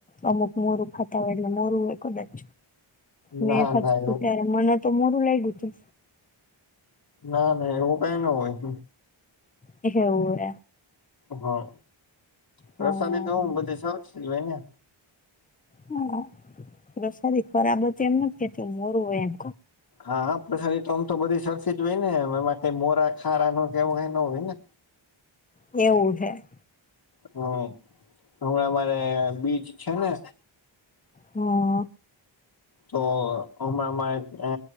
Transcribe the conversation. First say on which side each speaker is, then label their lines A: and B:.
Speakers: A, on the left; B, on the left.
A: અમુક મોરું ખાતા હોય એટલે મોરું હોયદાચ મેં
B: ના
A: ફત
B: ના એવું
A: ત્યારે મને તો મોડું લઈ ગય હતું
B: ના ના એવું કઈ ન હોય
A: એવું
B: હા પ્રસાદી
A: હા
B: તો હું બધી સર હોય ને
A: હા સારી ખરાબર છે એમ નથી કેતી મોરું હોય એમ
B: હા હા પછરી તો આમ તો બધી સરખી જ હોય ને એમ એમાં કઈ મોરા ખારા ન કેવું ક હોય ને
A: એવું છે
B: હમ હમણાં મારે બીચ છે ને
A: હમ
B: તો હમણાંમાં અ